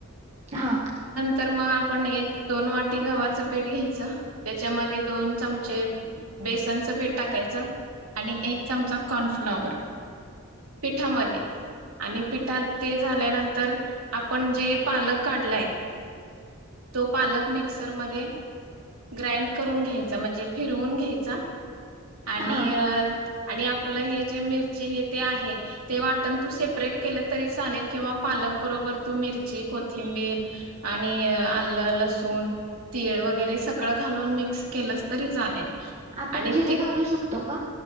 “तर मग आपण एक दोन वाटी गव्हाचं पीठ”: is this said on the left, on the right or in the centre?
Right